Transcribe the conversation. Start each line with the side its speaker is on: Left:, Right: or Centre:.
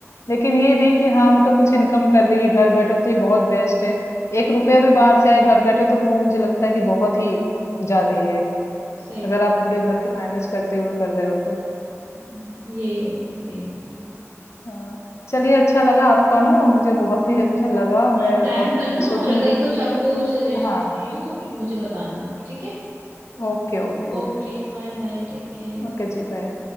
Left: लेकिन ये नहीं कि हाँ मतलब कुछ इनकम कर रही है घर बैठे तो ये बहुत बेस्ट है एक रुपया भी बाहर से आए घर बैठे तो वो मुझे लगता है कि बहुत ही ज्यादा ही है
Right: सही
Left: अगर
Right: बात
Left: आप पूरे घर के मैनेज करते हुए कर रहे हो तो
Right: है। यही होता है यही होता है
Left: हाँ चलिए अच्छा लगा आपका ना मुझे बहुत ही अच्छा लगा मैं
Right: आप प्लान
Left: अब
Right: करना
Left: सोचूंगी
Right: और अगर कुछ
Left: कि
Right: आपको सजेशन
Left: हाँ
Right: चाहिए हो तो मुझे बताना आप ठीक है
Left: Okay okay okay
Right: Okay bye bye take care
Left: ओके जी बाय